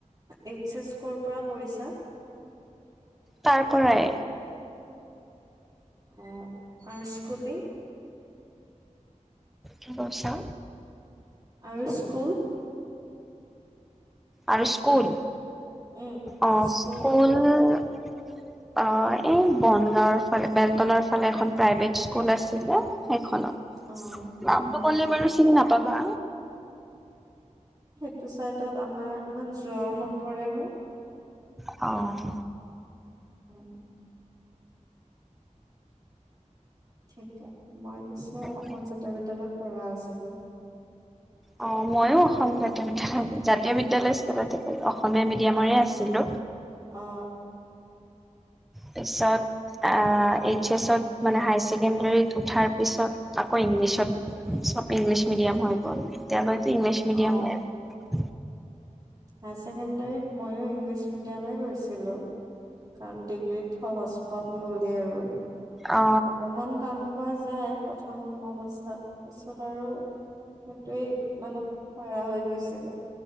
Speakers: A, on the right; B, in the centre.
A: এইচ এছ ক'ৰ পৰা কৰিছা?
B: তাৰ পৰাই
A: অহ, আৰু স্কুলিং?
B: কি কৈছা?
A: আৰু স্কুল?
B: আৰু স্কুল,
A: উম
B: অহ স্কুল
A: কৰ পৰা
B: অহ এই বনগাঁওৰ ফালে বেলতলাৰ ফালে এখন প্ৰাইভেট স্কুল আছিলে সেইখনত।
A: অ
B: নামটো
A: অ
B: ক'লে বাৰু চিনি নাপাবা।
A: এইটো চাইডত আমাৰ ইমান যোৱাও নপৰে ন।
B: অহ
A: উম উম ঠিকে, মই পিছে অসম
B: অ
A: জাতীয় বিদ্যালয়ত পঢ়া আছিলো।
B: অ মইয়ো অসম জাতীয় বিদ্যালয় জাতীয় বিদ্যালয় স্কুলতে পঢ়া, অসমীয়া মিডিয়ামৰে আছিলো।
A: অ
B: পিছত আ এইচ এছ ত মানে হায়াৰ ছেকেণ্ডাৰীত উঠাৰ পিছত আকৌ ইংলিছত চব ইংলিছ মিডিয়াম হৈ গ'ল এতিয়াৰ পৰাটো ইংলিছ মিডিয়ামে
A: অ
B: আৰু।
A: হায়াৰ ছেকেণ্ডাৰীত মইয়ো ইংলিছ মিডিয়ামে লৈছিলো। কাৰণ ডিগ্ৰীত সহজ পাম বুলি আৰু,
B: অ
A: অকমান টান পোৱা যায় প্ৰথম অৱস্থাত তাৰপিছত আৰু সিহটোৱেই মানে পাৰা হয় গৈছিলো,